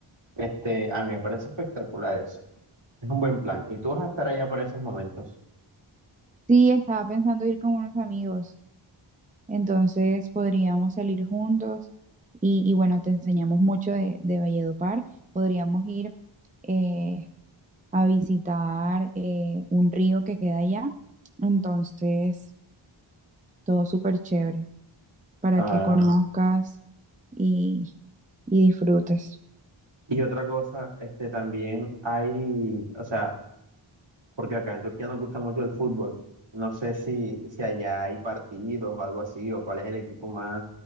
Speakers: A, on the right; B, on the right.
A: este, a mí me parece espectacular eso. Es un buen plan. Y tú vas a estar allá para esos momentos.
B: Sí, estaba pensando ir con unos amigos. Entonces podríamos salir juntos y, y bueno, te enseñamos mucho de, de Valledupar. Podríamos ir eh, a visitar eh, un río que queda allá. Entonces, todo súper chévere para
A: Ah,
B: que conozcas y, y disfrutes.
A: y otra cosa, este, también hay, o sea, porque acá en Turquía nos gusta mucho el fútbol. No sé si, si allá hay partidos o algo así, o cuál es el equipo más,